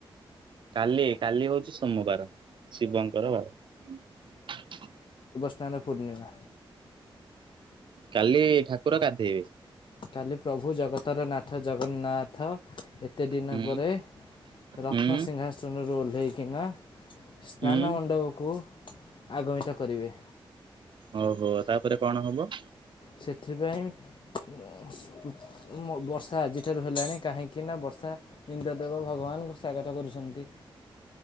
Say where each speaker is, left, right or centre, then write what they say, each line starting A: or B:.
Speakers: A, on the right (about 55°); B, on the left (about 55°).
A: କାଲି କାଲି ହଉଛି ସୋମବାର ଶିବଙ୍କର ବାର।
B: ସ୍ନାନ ପୂର୍ଣ୍ଣିମା।
A: କାଲି ଠାକୁର ଗାଧେଇବେ?
B: କାଲି ପ୍ରଭୁ ଜଗତର ନାଥ ଜଗନ୍ନାଥ ଏ କେତେ ଦିନ
A: ହୁଁ
B: ପରେ ରତ୍ନସିଂହାସନରୁ
A: ହୁଁ
B: ଓହ୍ଲାଇକିନା ସ୍ନାନ
A: ହୁଁ।
B: ମଣ୍ଡପକୁ ଆଗମିତ କରିବେ।
A: ଓହୋ ତାପରେ କଣ ହବ?
B: ସେଥିପାଇଁ <unintelligible> ବର୍ଷା ଆଜିଠାରୁ ହେଲାଣି କାହିଁକିନା ବର୍ଷା ଇନ୍ଦ୍ରଦେବ ଭଗବାନ ସ୍ଵାଗତ କରୁଛନ୍ତି।